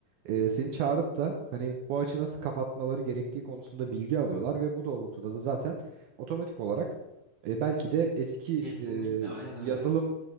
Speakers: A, on the right; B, on the left.
A: e, seni çağırıp da hani bu açı nasıl kapatmaları gerektiği konusunda bilgi alıyorlar ve bu doğrultuda da zaten otomatik olarak e, belki de eski
B: Kesinlikle
A: e,
B: aynen
A: yazılımla
B: öyle.